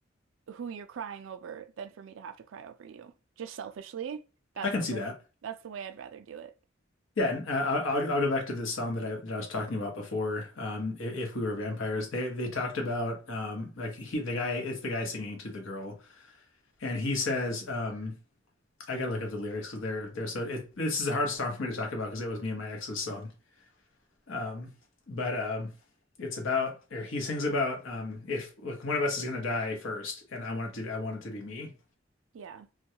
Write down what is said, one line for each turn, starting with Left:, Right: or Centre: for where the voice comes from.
Right: who you're crying over than for me to have to cry over you. Just selfishly, that's
Left: I can
Right: the
Left: see
Right: way,
Left: that.
Right: that's the way I'd rather do it.
Left: Yeah, and uh, I'll, I'll I'll go back to this song that I that I was talking about before. Um, i- if we were vampires, they they talked about um, like he the guy it's the guy singing to the girl, and he says, um, I gotta look up the lyrics because they're they're so it, this is a hard song for me to talk about because it was me and my ex's song. Um, but um, it's about or he sings about um, if like one of us is gonna die first, and I want it to I want it to be me
Right: Yeah.